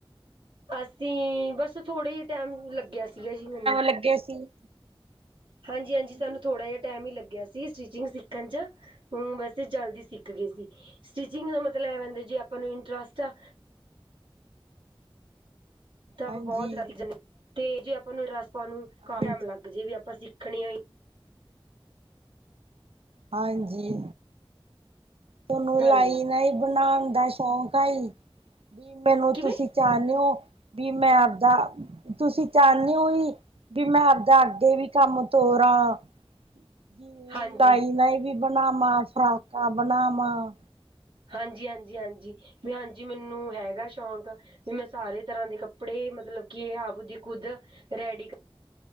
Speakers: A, on the right (about 60°); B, on the right (about 80°).
A: ਅਸੀਂ ਬਸ ਥੋੜ੍ਹੇ ਜੇ ਟਾਈਮ ਲੱਗਿਆ ਸੀਗਾ ਜੀ ਮੈਨੂੰ।
B: ਲੱਗੇ ਸੀ।
A: ਹਾਂਜੀ-ਹਾਂਜੀ
B: ਹਾਂਜੀ
A: ਸਾਨੂੰ ਥੋੜਾ ਜਾ ਟਾਈਮ ਈ ਲੱਗਿਆ ਸੀ ਸਟੀਚਿੰਗ ਸਿੱਖਣ 'ਚ ਹੂੰ, ਵੈਸੇ ਜਲਦੀ ਸਿੱਖ ਗੇ ਸੀ। ਸਟਿਚਿੰਗ ਦਾ ਮਤਲਬ ਇਹ ਵਾ ਜੇ ਆਪਾਂ ਨੂੰ ਇੰਟਰਸਟ ਆ। ਤਾਂ ਆਪਾਂ
B: ਹਾਂਜੀ
A: ਬਹੁਤ <unintelligible> ਤੇ ਜੇ ਆਪਾਂ ਨੂੰ ਇੰਟਰਸਟ ਪਾ <unintelligible> ਣ ਨੂੰ
B: ਹਾਂਜੀ
A: ਕਾਫੀ ਟਾਈਮ ਲੱਗ ਜੇ ਵੀ ਆਪਾਂ ਸਿੱਖਣੇ ਨੇ।
B: ਹਾਂਜੀ। ਤੁਹਾਨੂੰ
A: ਹਾਂਜੀ
B: ਲਾਈਨਾ ਈ ਬਨਾਣ ਦਾ ਸ਼ੌਂਕ ਆਈ ਵੀ ਮੈਨੂੰ
A: ਕਿਵੇਂ
B: ਤੁਸੀਂ ਚਾਨਿਉ ਵੀ ਮੈਂ ਆਪਦਾ ਤੁਸੀਂ ਚਾਨਿਉ ਵੀ ਬੀ ਮੈਂ ਆਪਦਾ ਅੱਗੇ ਵੀ ਕੰਮ ਤੋਰਾਂ। ਜਿਵੇਂ
A: ਹਾਂਜੀ।
B: ਲਾਈਨਾ ਹੀ ਵੀ ਬਨਾਵਾਂ ਫਰਾਕਾਂ ਬਨਾਵਾਂ।
A: ਹਾਂਜੀ ਹਾਂਜੀ ਹਾਂਜੀ ਵੀ ਹਾਂਜੀ ਮੈਨੂੰ ਹੈਗਾ ਸ਼ੌਕ। ਵੀ ਮੈਂ ਸਾਰੇ ਤਰ੍ਹਾਂ ਦੇ ਕੱਪੜੇ ਮਤਲਬ ਕਿ ਆਂਵਦੀ ਖੁੱਦ ਰੈਡੀ ਕਰ